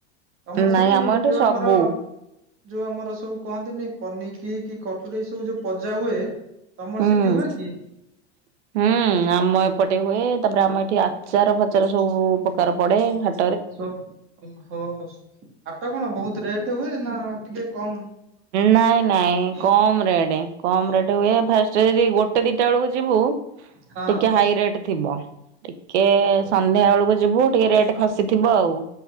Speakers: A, on the right; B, on the right.
A: ତମର ସେଠି
B: ନାଇଁ ଆମ ଏଠି
A: ଯୋଉ
B: ସବୁ
A: ଆମର ଯୋଉ ଆମର ସବୁ କହନ୍ତିନି ପନିକି କି କଟୁରୀ ଏଇ ସବୁ ଯୋଉ ପଜା ହୁଏ ତମର
B: ହୁଁ
A: ସେଠି ହୁଏ କି
B: <inaudible> ହୁଁ ଆମ ଏପଟେ ହୁଏ ତାପରେ ଆମ ଏଠି ଆଚାର ଫାଚାର ସବୁ ପ୍ରକାର ପଡେ ହା
A: ଶୁଣ ଓହୋ ହାଟ କଣ ବହୁତ ରେଟ୍ ହୁଏ ନା ଟିକେ କମ୍
B: ନାଇଁ ନାଇଁ କମ୍ ରେଟ୍। କମ୍ ରେଟ୍ ହୁଏ ଫାଷ୍ଟ ଯଦ ଗୋଟେ ଦିଟା ବେଳକୁ ଯିବୁ
A: ହଁ
B: ଟିକେ ହାଇ ରେଟ୍ ଥିବ ଟିକେ
A: ଓହୋ
B: ସନ୍ଧ୍ୟାବେଳୁକୁ ଯିବୁ ଟିକେ ରେଟ୍ ଖସିଥିବ ଆଉ।